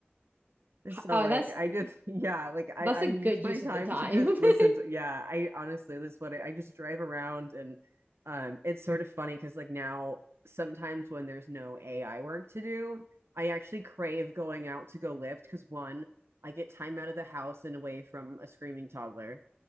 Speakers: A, on the right (about 90°); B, on the right (about 50°).
A: So
B: Uh,
A: like
B: that's
A: I just <laughs> yeah, like I
B: that's
A: I
B: a
A: use
B: good use
A: my time
B: of the time.
A: to just listen
B: <laughs>
A: to yeah, I honestly this is what I, I just drive around and um it's sort of funny cuz like now sometimes when there's no AI work to do, I actually crave going out to go lift cuz one, I get time out of the house and away from a screaming toddler